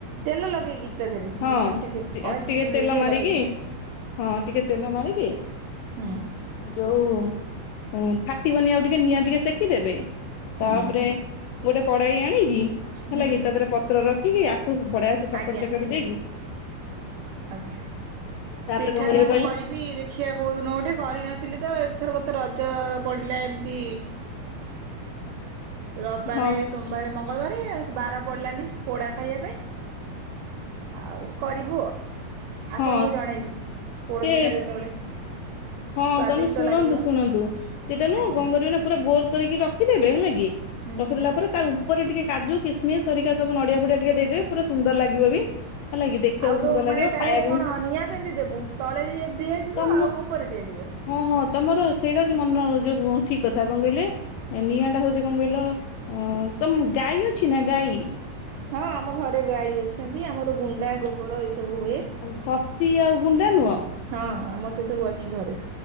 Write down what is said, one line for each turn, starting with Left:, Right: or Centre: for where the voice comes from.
Right: ତେଲ ଲଗେଇକି ତା ଧରେ
Left: ହଁ।
Right: ଟିକେ ଅଏଲ
Left: ଟିକେ ତେଲ
Right: ଇଏ
Left: ମାରିକି
Right: ଲଗେଇକି।
Left: ହଁ ଟିକେ ତେଲ ମାରିକି
Right: ହୁଁ
Left: ଯୋଉ ହୁଁ ଫାଟିବନି ଆଉ ଟିକେ ନିଆଁ ଟିକେ ସେକିଦେବେ ତାପରେ
Right: ହୁଁ
Left: ଗୋଟେ କଡାଇ ଆଣିକି ହେଲା
Right: ହୁଁ
Left: କି ତା ଦେହରେ ପ ତ୍ର ରଖିକି ଆକୁ ବଢିଆ ସେ ଚକଡ଼ି
Right: ଆଜ୍ଞା
Left: ଚାକଡ଼ି ଦେଇକି
Right: ଆଜ୍ଞା
Left: ତାପରେ
Right: ପିଠା
Left: କଣ କରିବେ
Right: ଟା
Left: କହିଲେ
Right: ମୁଁ କରି ବି ଦେଖିବା କୋଉ ଦିନ ଗୋଟେ କରିନଥିଲି ତ ଏଥର କତ ରଜ ପଡିଲା ଏମିତି ରବିବାରେ
Left: ହଁ
Right: ସୋମବାର ମଙ୍ଗଳବାର ଆଉ ବାର ପଡିଲାନି ପୋଡା ଖାଇବା ପାଇଁ ଆଉ କରିବୁ ଆଉ ଆପଣଙ୍କୁ
Left: ହଁ
Right: ଜଣେଇବି
Left: ସେ
Right: ପୋଡ ପିଠା ଯେତେବେଳେ
Left: ହଁ
Right: ସ୍ଵାଦିଷ୍ଟ
Left: ତମେ ଶୁଣନ୍ତୁ
Right: ଲାଗିବ।
Left: ଶୁଣନ୍ତୁ ସେଇଟା ନୁହଁ
Right: ଆଜ୍ଞା
Left: କଣ କରିବେନା ପୁରା ଗୋଲ କରିକି ରଖିଦେବେ ହେଲା କି
Right: ହୁଁ।
Left: ରଖିଦେଲା ପରେ ତା ଉପରେ ଟିକେ କାଜୁ କିସମି ହରିକା ସବୁ ନଡିଆ ଫଡିଆ ଟିକେ ଦେଇଦେବେ ପୁରା ସୁନ୍ଦର ଲାଗିବ ବି। ହେଲା କି ଦେଖିବାକୁ
Right: ଆଉ ଦୋଉ
Left: ସୁନ୍ଦର ଲାଗିବ
Right: ମାନେ ତା
Left: ଖାଇବାକୁ
Right: ଦେହରେ କଣ
Left: ବି
Right: ନିଆଁ କେମିତି ଦେବୁ ତଳେ ଦିଆଯିବ
Left: ତମ
Right: ଆଉ ଉପରେ ଦିଆଯିବ?
Left: ହଁ ହଁ ତମର ସେଇଟା ଅଛି ମନ ଯୋଉ ଠିକ୍ କଥା କଣ କହିଲେ ନିଆଁ ଟା ହୋଉଚି କଣ କହିଲ ଅ ତମ ଗାଈ ଅଛି ନା ଗାଈ?
Right: ହଁ ଆମ ଘରେ ଗାଈ ଅଛନ୍ତି ଆମର ଗୁଣ୍ଡା ଗୋବର ଏସବୁ ହୁଏ।
Left: ଉଁ ଘଷି ଆଉ ଗୁଣ୍ଡା ନୁହଁ
Right: ହଁ ଆମର ସେ ସବୁ ଅଛି ଘରେ।